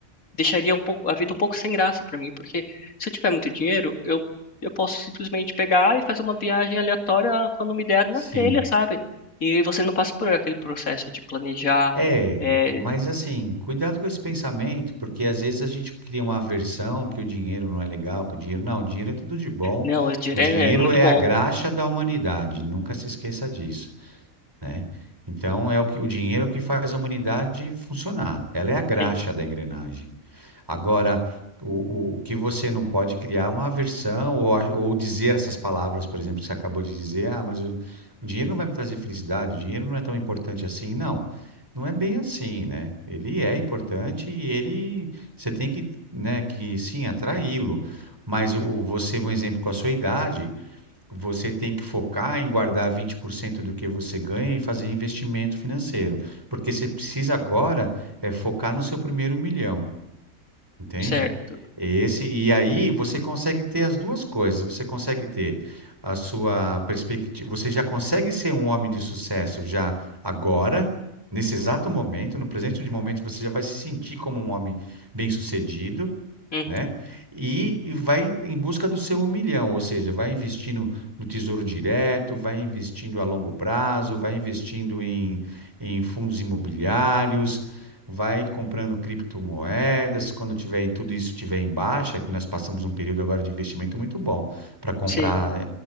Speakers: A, on the left; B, on the right.
A: deixaria um pouco a vida um pouco sem graça pra mim, porque se eu tiver muito dinheiro, eu eu posso simplesmente pegar e fazer uma viagem aleatória quando me der na
B: Sim.
A: telha, sabe? E você não passa por aquele processo de planejar,
B: É,
A: é,
B: mas assim, cuidado com esse pensamento, porque às vezes a gente cria uma aversão que o dinheiro não é legal, que o dinheiro. Não, o dinheiro é tudo de bom.
A: não, esse dinheiro
B: O dinheiro
A: é muito
B: é
A: bom,
B: a graxa da humanidade, nunca se esqueça disso, né? Então é o que o dinheiro é o que faz a humanidade funcionar. Ela é a graxa
A: sim,
B: da engrenagem. Agora, o, o, o que você não pode criar é uma aversão ou, a- ou dizer essas palavras, por exemplo, que você acabou de dizer, ah, mas o, o dinheiro não vai me trazer felicidade, o dinheiro não é tão importante assim. Não, não é bem assim, né? Ele é importante e ele, você tem que, né, que sim, atraí-lo. Mas o, você, um exemplo, com a sua idade, você tem que focar em guardar 20% do que você ganha e fazer investimento financeiro. Porque você precisa agora é focar no seu primeiro milhão. Entende?
A: certo.
B: Esse, e aí você consegue ter as duas coisas. Você consegue ter a sua perspectiva. Você já consegue ser um homem de sucesso já agora, nesse exato momento, no presente de momento, você já vai se sentir como um homem bem-sucedido
A: Uhum,
B: né? E, e vai em busca do seu um milhão, ou seja, vai investindo no Tesouro Direto, vai investindo a longo prazo, vai investindo em, em fundos imobiliários, vai comprando criptomoedas. Quando tiver tudo isso tiver em baixa, que nós passamos um período agora de investimento muito bom para comprar
A: sim.